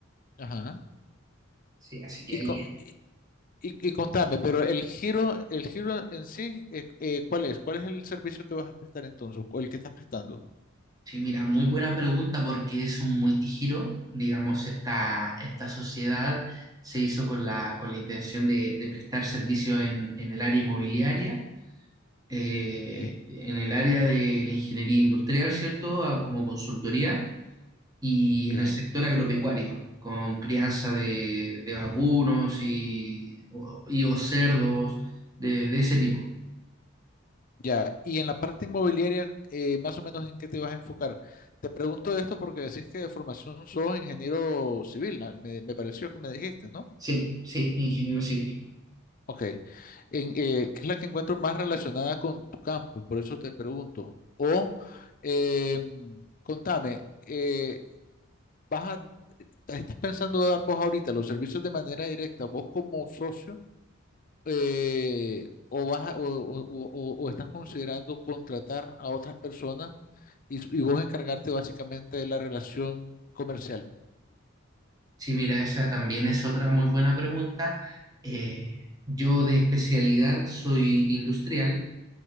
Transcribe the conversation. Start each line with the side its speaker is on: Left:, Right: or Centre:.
Left: Ajá.
Right: Sí, así que
Left: Y,
Right: ahí
Left: co- y, y contame, pero el giro, el giro en sí, eh, eh, ¿cuál es? ¿Cuál es el servicio que vas a prestar entonces? ¿O el que estás prestando?
Right: Sí, mira, muy buena pregunta porque es un multigiro, digamos, esta, esta sociedad se hizo con la, con la intención de, de prestar servicio en, en el área inmobiliaria, eh,
Left: Ok,
Right: en el área de la ingeniería industrial, ¿cierto? A- como consultoría y
Left: ok.
Right: en el sector agropecuario, con crianza de, de vacunos y, o- y o cerdos, de, de ese tipo.
Left: Ya, y en la parte inmobiliaria, eh, más o menos en qué te vas a enfocar. Te pregunto esto porque decís que de formación sos ingeniero civil, ¿no? me, me pareció que me dijiste, ¿no?
Right: Sí, sí, ingeniero civil.
Left: Ok. En, eh, ¿qué es la que encuentro más relacionada con tu campo? Por eso te pregunto. O eh, contame, eh, ¿vas a- estás pensando dar vos ahorita los servicios de manera directa, vos como socio, eh, o, vas a- o, o- o- o estás considerando contratar a otras personas y, y vos encargarte básicamente de la relación comercial?
Right: Sí, mira, esa también es otra muy buena pregunta. Eh, yo de especialidad soy industrial,